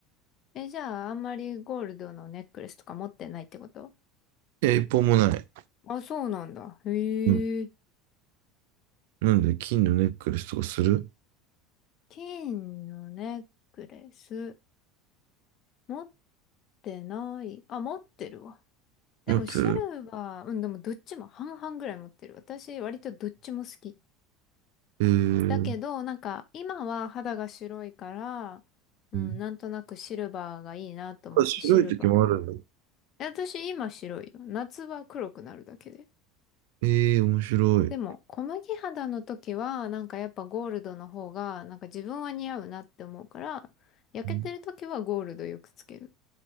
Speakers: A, on the left; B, on the right.
A: え、じゃあ、あんまりゴールドのネックレスとか持ってないってこと
B: いや、一本もない。
A: あ、そうなんだ。へえ。
B: うん。なんで、金のネックレスとかする
A: 金のネックレス、持ってない。あ、持ってるわ。でもシルバー、
B: 持ってる。
A: うん、でもどっちも半々ぐらい持ってる。私割とどっちも好き。
B: えー、
A: だけど、なんか今は肌が白いから、うん、
B: うん
A: なんとなくシルバーがいいなと思ってシルバー。
B: あ白い時もあるんだ。
A: え私今白いよ。夏は黒くなるだけで。
B: ええー、面白い。
A: でも小麦肌の時はなんかやっぱゴールドの方がなんか自分は似合うなって思うから、焼けてる時はゴールドよくつける。
B: うん